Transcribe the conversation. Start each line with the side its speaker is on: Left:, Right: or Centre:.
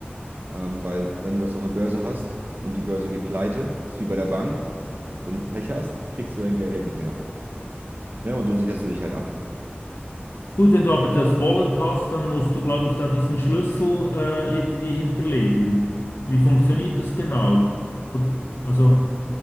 Right: ähm, weil wenn du das auf der Börse hast und die Börse geht pleite, ist wie bei der Bank wenn du Pech hast, kriegst du dein Geld nicht mehr. Ne? Und so sicherst du dich halt ab.
Left: Gut, wenn du aber das Wallet hast, dann musst du, glaube ich, da diesen Schlüssel äh, irgendwie hinterlegen. Wie funktioniert das genau? Und, also